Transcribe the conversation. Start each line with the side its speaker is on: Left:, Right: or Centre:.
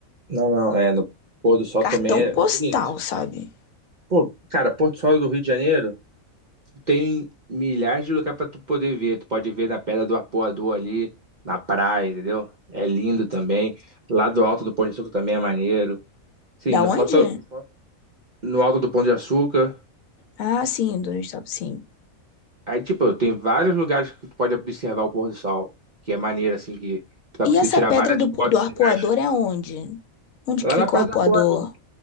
Right: Não, não, é, no pôr do sol
Left: cartão
Right: também é
Left: postal,
Right: é bonito.
Left: sabe?
Right: Pô, cara, Porto Sol do Rio de Janeiro tem milhares de lugares pra tu poder ver. Tu pode ver na Pedra do Apoador ali, na praia, entendeu? É lindo também. Lá do Alto do Pão de Açúcar também é maneiro. Sim,
Left: Da
Right: não
Left: onde?
Right: falta Não falta. no Alto do Pão de Açúcar.
Left: Ah, sim, do onde sim.
Right: Aí, tipo, tem vários lugares que tu pode observar o pôr do sol, que é maneiro, assim, que tu vai
Left: E
Right: conseguir
Left: essa
Right: tirar
Left: pedra
Right: várias
Left: do,
Right: fotos
Left: po- do arpoador
Right: legais.
Left: é onde? Onde
Right: Lá
Left: que fica
Right: na Praia
Left: o arpoador?
Right: do Arpoador,